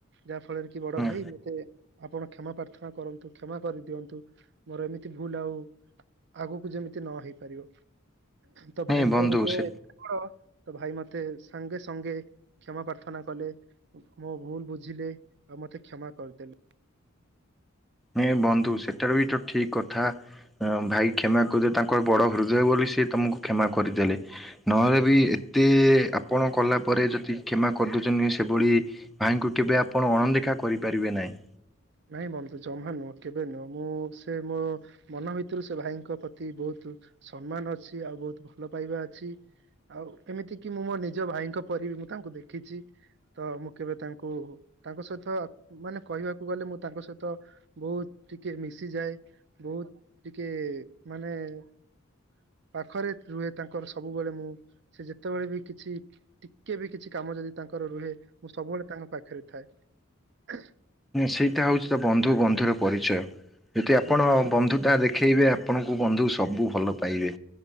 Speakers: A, on the right (about 55°); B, in the centre.
A: ଯାହା ଫଳରେ କି ବଡ
B: ହୁଁ।
A: ଭାଇ ମତେ ଆପଣ କ୍ଷମା ପ୍ରାର୍ଥନା କରନ୍ତୁ କ୍ଷମା କରିଦିଅନ୍ତୁ ମୋର ଏମିତି ଭୁଲ ଆଉ ଆଗକୁ ଯେମିତି ନ ହେଇ ପାରିବ ତ
B: ନାଇଁ
A: ଭାଇଙ୍କ
B: ବନ୍ଧୁ
A: ହୃଦୟ
B: ସେ
A: ଏତେ ବଡ଼ ତ ଭାଇ ମତେ ସାଙ୍ଗେ ସଙ୍ଗେ କ୍ଷମା ପ୍ରାର୍ଥନା କଲେ ମୋ ଭୁଲ ବୁଝିଲେ ଆଉ ମୋତେ କ୍ଷମା କରିଦେଲେ।
B: ହଁ ବନ୍ଧୁ ସେଟାରେ ବି ତ ଠିକ କଥା ଥା ଭାଇ କ୍ଷମା କରିଦିଅ। ତାଙ୍କର ବଡ ହୃଦୟ ବୋଲି ସେ ତମକୁ କ୍ଷମା କରିଦେଲେ। ନ ତାରେ ବି ଏତେ ଆପଣ କଲା ପରେ ଯଦି କ୍ଷମା କରିଦେଉଛନ୍ତି ସେଭଳି ଭାଇଙ୍କୁ କେବେ ଆପ୍ ଆପଣ ଅଣଦେଖା କରିପାରିବେ ନାହିଁ।
A: ନାଇଁ ବନ୍ଧୁ ଜମା ନୁହଁ କେବେ ନୁହଁ ମୁଁ ସେ ମୋ ମନ ଭିତରୁ ସେ ଭାଇଙ୍କ ପ୍ରତି ବହୁତ ସମ୍ମାନ ଅଛି ଆଉ ବହୁତ ଭଲ ପାଇବା ଅଛି। ଆଉ ଏମିତି କି ମୁଁ ମୋ ନିଜ ଭାଇଙ୍କ ପରିବି ମୁଁ ତାଙ୍କୁ ଦେଖିଛି। ତ ମୁଁ କେବେ ତାଙ୍କୁ, ତାଙ୍କ ସହିତ ମାନେ କହିବାକୁ ଗଲେ, ମୁଁ ତାଙ୍କ ସହିତ ବହୁତ ଟିକେ ମିଶିଯାଏ, ବହୁତ ଟିକେ ମାନେ ହଁ <unintelligible> ପାଖରେ ରୁହେ ତାଙ୍କର ସବୁବେଳେ ମୁଁ, ସେ ଯେତେବେଳେ ବି କିଛି ଟିକେ ବି କିଛି କାମ ମୁଁ ଯଦି ତାଙ୍କର ରୁହେ, ମୁଁ ସବୁବେଳେ ତାଙ୍କ ପାଖରେ ଥାଏ ।
B: ସେଇଟା ହଉଛି ତ ବନ୍ଧୁ ବନ୍ଧୁର ର ପରିଚୟ, ଯଦି ଆପଣ
A: ହୁଁ
B: ବନ୍ଧୁ ତାହା ଦେଖ ଶିଖେଇବେ, ଆପଣଙ୍କୁ ବନ୍ଧୁ ସବୁ ଭଲ ପାଇବେ,